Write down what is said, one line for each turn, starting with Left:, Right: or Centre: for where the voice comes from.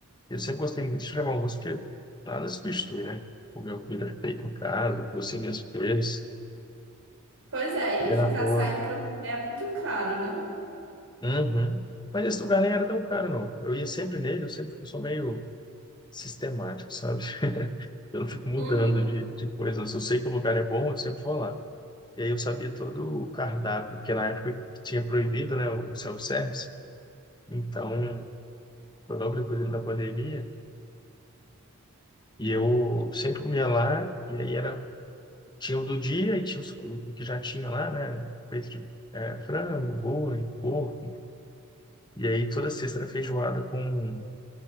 Left: Eu sempre gostei muito de levar almoço, porque nada substitui, né? Comer uma comida feita em casa, você mesmo fez,
Right: Pois é,
Left: comer
Right: e ficar
Left: na rua.
Right: saindo pra comer é muito caro, né?
Left: Uhum. Mas esse lugar nem era tão caro, não. Eu ia sempre nele, eu sempre eu sou meio sistemático, sabe? Eu não fico mudando
Right: Uhum.
Left: de, de coisa. Se eu sei que o lugar é bom, eu sempre vou lá. E aí eu sabia todo o cardápio, porque na época tinha proibido, né, o self-service. Então, Foi logo depois ali da pandemia. E eu sempre comia lá, e aí era, tinha o do dia e tinha os- o que já tinha lá, né? Peito de é, frango, boi, porco. E aí toda sexta era feijoada com,